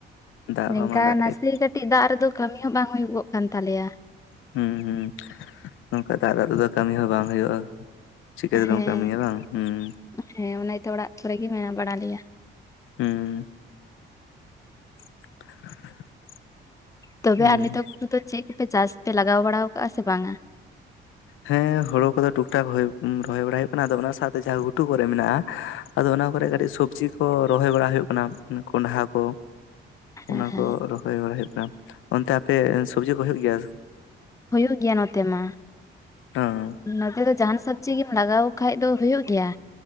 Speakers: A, on the left; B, on the left.
A: ᱫᱟᱜ
B: ᱱᱤᱝᱠᱟ
A: ᱦᱚᱸ ᱵᱟᱝ ᱫᱟᱜ
B: ᱱᱟᱥᱮ
A: ᱮᱫ
B: <inaudible> ᱠᱟᱹᱴᱤᱡ ᱫᱟᱜ ᱨᱮᱫᱚ ᱠᱟᱹᱢᱤ ᱦᱚᱸ ᱵᱟᱝ ᱦᱩᱭᱩᱜᱚᱜ ᱠᱟᱱ ᱛᱟᱞᱮᱭᱟ
A: ᱦᱩᱸ ᱦᱩᱸ ᱱᱚᱝᱠᱟ ᱫᱟᱜ ᱫᱟᱜ ᱨᱮᱫᱚ ᱠᱟᱹᱢᱤ ᱦᱚᱸ ᱵᱟᱝ ᱦᱩᱭᱩᱜ-ᱟ ᱪᱤᱠᱟᱹ ᱛᱮᱫᱚᱢ
B: ᱦᱮᱸ
A: ᱠᱟᱹᱢᱤᱭᱟ ᱵᱟᱝ ᱦᱩᱸ
B: ᱦᱮᱸ ᱚᱱᱟ ᱛᱚ ᱚᱲᱟᱜ ᱠᱚᱨᱮ ᱜᱮ ᱢᱮᱱᱟᱜ ᱵᱟᱲᱟ ᱞᱮᱭᱟ
A: ᱦᱩᱸ <inaudible>
B: ᱛᱚᱵᱮ
A: ᱦᱩᱸ
B: ᱟᱨ ᱱᱤᱛᱚᱜ ᱠᱚᱫᱚ ᱪᱮᱫ ᱠᱚᱯᱮ ᱪᱟᱥ ᱯᱮ ᱞᱟᱜᱟᱣ ᱵᱟᱲᱟ ᱠᱟᱜᱼᱟ ᱥᱮ ᱵᱟᱝ ᱟ
A: ᱦᱮ ᱦᱮᱸ ᱦᱳᱲᱳ ᱠᱚᱫᱚ ᱴᱩᱠ ᱴᱟᱠ ᱦᱳᱭ ᱨᱚᱦᱚᱭ ᱵᱟᱲᱟ ᱦᱩᱭᱩᱜ ᱠᱟᱱᱟ ᱟᱫᱚ ᱚᱱᱟ ᱥᱟᱶᱛᱮ ᱡᱟᱦᱟᱸ ᱜᱷᱩᱴᱩ ᱠᱚᱨᱮ ᱢᱮᱱᱟᱜᱼᱟ ᱟᱫᱚ ᱚᱱᱟ ᱠᱚᱨᱮ ᱠᱟᱹᱴᱤᱡ ᱥᱚᱵᱡᱤ ᱠᱚ ᱨᱚᱦᱚᱭ ᱵᱟᱲᱟ ᱦᱩᱭᱩᱜ ᱠᱟᱱᱟ ᱠᱚᱸᱰᱷᱟ ᱠᱚ
B: ᱦᱮᱸ
A: ᱚᱱᱟ
B: ᱦᱮᱸ
A: ᱠᱚ ᱨᱚᱦᱚᱭ ᱵᱟᱲᱟ ᱦᱩᱭᱩᱜ ᱠᱟᱱᱟ ᱚᱱᱛᱮ ᱟᱯᱮ ᱥᱚᱵᱡᱤ ᱠᱚ ᱦᱩᱭᱩᱜ ᱜᱮᱭᱟ
B: ᱦᱩᱭᱩᱜ ᱜᱮᱭᱟ ᱱᱚᱛᱮ ᱢᱟ
A: ᱚ
B: ᱱᱚᱛᱮ ᱫᱚ ᱡᱟᱸᱦᱟᱱ ᱥᱚᱵᱡᱤ ᱜᱮᱢ ᱞᱟᱜᱟᱣ ᱠᱷᱟᱡ ᱫᱚ ᱦᱩᱭᱩᱜ ᱜᱮᱭᱟ